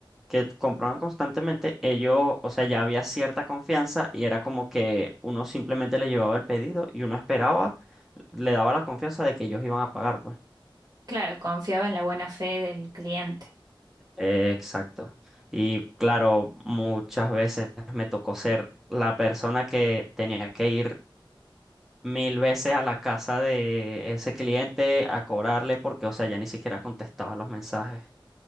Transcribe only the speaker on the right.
Claro, confiaba en la buena fe del cliente.